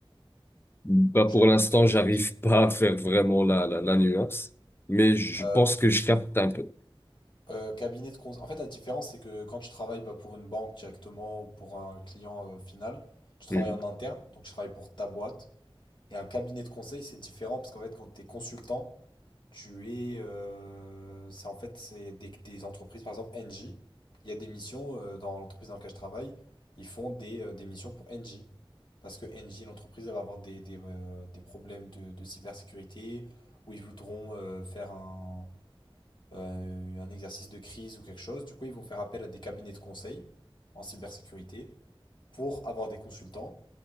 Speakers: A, on the left; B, on the left.
A: Bah,
B: Donc j'aide
A: pour l'instant,
B: les entreprises.
A: j'arrive <laughs> pas à faire vraiment la, la, la nuance, mais je
B: Euh,
A: pense que je capte un peu.
B: euh, cabinet de conseil. En fait la différence c'est que quand tu travailles bah, pour une banque directement ou pour un client euh, final, tu travailles
A: Mhm.
B: en interne, donc tu travailles pour ta boîte. Et un cabinet de conseil, c'est différent parce qu'en fait, quand tu es consultant, tu es. euh, c'est en fait, c'est des, des entreprises, par exemple, Engie. Il y a des missions euh, dans l'entreprise dans laquelle je travaille, ils font des, euh, des missions pour Engie. Parce que Engie, l'entreprise, elle va avoir des, des, euh, des problèmes de, de cybersécurité où ils voudront euh, faire un, euh, un exercice de crise ou quelque chose. Du coup, ils vont faire appel à des cabinets de conseil en cybersécurité pour avoir des consultants